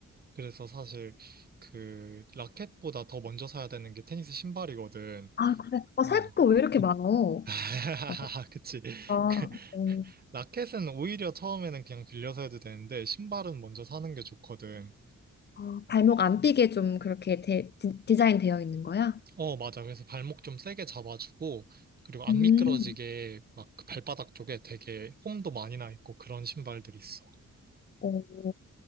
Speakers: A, on the right; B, on the left.
A: 그래서 사실 그 라켓보다 더 먼저 사야 되는 게 테니스 신발이거든.
B: 아, 그래. 어,
A: 어.
B: 살 거 왜 이렇게 많어?
A: <laughs>
B: 어,
A: 그치.
B: 아,
A: 그
B: 어,
A: 라켓은 오히려 처음에는 그냥 빌려서 해도 되는데 신발은 먼저 사는 게 좋거든.
B: 아, 발목 안 삐게 좀 그렇게 데, 디, 디자인 되어 있는 거야?
A: 어, 맞아. 그래서 발목 좀 세게 잡아주고, 그리고 안
B: 음.
A: 미끄러지게 막그 발바닥 쪽에 되게 홈도 많이 나 있고 그런 신발들이 있어.
B: 어,